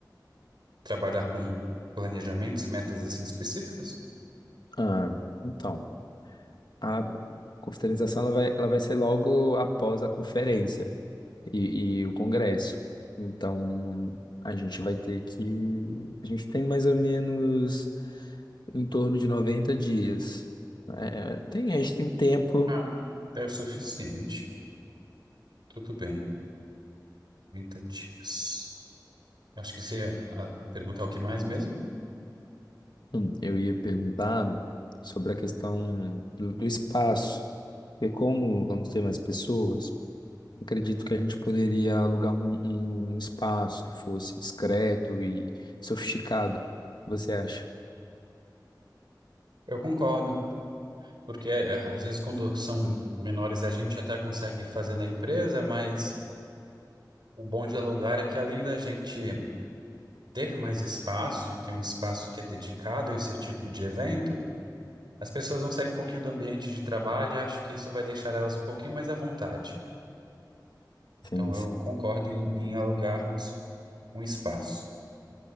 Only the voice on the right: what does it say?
Trabalhar com planejamentos e metas assim específicas?
Ah, é o suficiente. Tudo bem. 30 dias. Eu Acho que você ia ah, perguntar o que mais mesmo?
Eu concordo, porque é, às vezes quando são menores a gente até consegue fazer na empresa, mas o bom de alugar é que além da gente ter mais espaço e ter um espaço que é dedicado a esse tipo de evento, as pessoas vão sair um pouquinho do ambiente de trabalho e acho que isso vai deixar elas um pouquinho mais à vontade.
Então,
eu concordo em, em alugarmos um espaço.